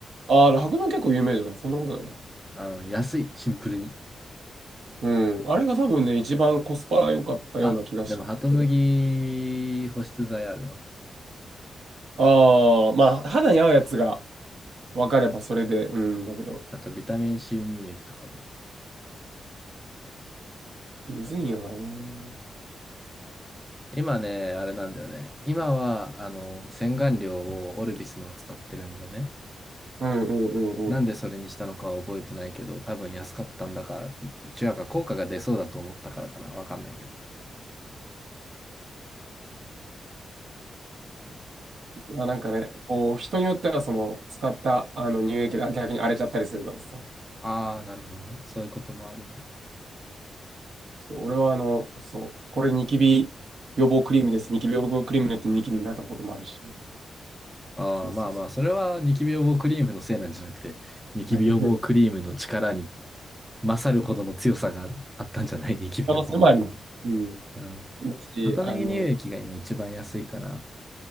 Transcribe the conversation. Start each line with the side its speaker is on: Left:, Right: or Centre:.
Right: ああ、酪農結構有名じゃないそんなことないな。
Centre: あの、安い、シンプルに。
Right: うん。あれが多分ね、一番コスパが良かったような気がするけど。
Centre: あ、でも、ハトムギ保湿剤あるわ。
Right: ああ、まあ、肌に合うやつが分かればそれで、うん、だけど。
Centre: あと、ビタミン C 乳液とかもある。
Right: むずいよな。うん
Centre: 今ね、あれなんだよね。今は、あの、洗顔料をオルビスのを使ってるんだよね。
Right: うんうんうん。
Centre: なんでそれにしたのかは覚えてないけど、多分安かったんだか、どちらか効果が出そうだと思ったからかな。わかんないけど。
Right: まあ、なんかね、こう、人によっては、その、使ったあの乳液が逆に荒れちゃったりするからさ。
Centre: ああー、なるほどね。そういうこともあるねや。
Right: そう俺は、あの、そう、これニキビ予防クリームです。ニキビ予防クリームによってニキビになったこともあるし。
Centre: ああ、
Right: そうそうそ
Centre: まあまあ、それはニキビ予防クリームのせいなんじゃなくて、ニキビ予防クリームの力に
Right: う。<laughs>
Centre: 勝るほどの強さがあったんじゃない、<laughs> ニキビの方に。
Right: 可能性もあります。うん。
Centre: うん。
Right: だし、
Centre: アトミー乳液が今一番安いかな。
Right: あの、